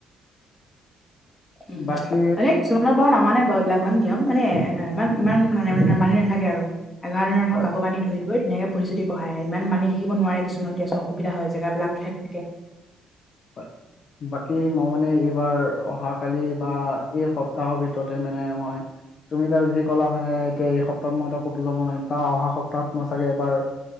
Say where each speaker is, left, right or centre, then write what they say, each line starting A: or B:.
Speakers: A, on the left; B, on the left.
A: উম
B: বাকী
A: এ কিছুমানৰ বাৰু নামানে বাৰু এইবিলাক। এখন নিয়ম মানে এ ইমান ইমান মানি মানি নাথাকে আৰু এঘাৰ দিনৰ এখন
B: হয়
A: কাপোৰ কানি ধুই গৈ ধুনীয়াকে পুঠি-চুঠি পঢ়ায় ইমান মানি থাকিব নোৱাৰে কিছুমান কিছুমান অসুবিধা হয় জাগাবিলাক ঠেক থাকে
B: হয়। বাকী
A: উম,
B: মই মানে এইবাৰ অহা কালি বা এই সপ্তাহৰ ভিতৰতে মানে আমাৰ তুমি তাৰ যি ক'লা হয়ে এতিয়া এই সপ্তাহ মই তই কতো যাব নোৱাৰিম তাৰ অহা সপ্তাহত মই চাগে এবাৰ